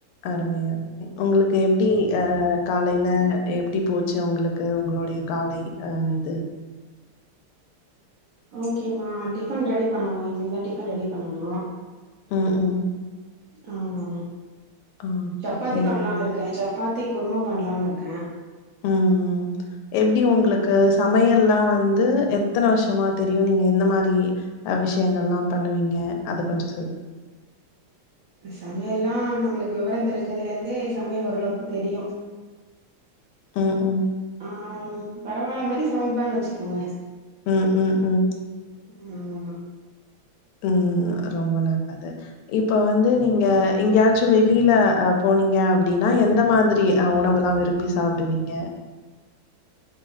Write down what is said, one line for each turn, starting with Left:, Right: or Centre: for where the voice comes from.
Left: அருமை அருமை உங்களுக்கு எப்டி அ காலைல எப்டி போச்சு உங்குளுக்கு உங்களுடைய காலை ஆ இது
Right: ஓகேம்மா டிஃபன் ரெடி பண்ணனு இனிமேதா டிஃபன் ரெடி பண்ணனு
Left: ம் ம்
Right: ஆமமா
Left: ஓகே
Right: சப்பாத்தி
Left: ம்
Right: பண்லான் இருக்கே சப் பாத்தி குருமா பண்ணலானு இருக்க
Left: ம் ம் எப்டி உங்களுக்கு சமையல்லா வந்து எத்தன வருஷமா தெரியு நீங்க எந்த மாரி அ விஷயங்கள்லா பண்ணுவீங்க அத கொஞ்சொ சொல்
Right: சமையல்லா நம்மளுக்கு வெவரந் தெரிஞ்சதுல இருந்தே சமையல் ஓரளவுக்கு தெரியு
Left: ம் ம்
Right: ஆம் பரவால்ல மாரி சமப்பன் வச்சுக்கோங்க
Left: ம் ம் ம்
Right: ம் ஆமமா
Left: ம் ரொம்ப நல்லது இப்ப வந்து நீங்க எங்கயா ச்சு வெளில அ போனீங்க அப்டின்னா எந்த மாதிரி அ உணவுல்லா விரும்பி சாப்புடுவீங்க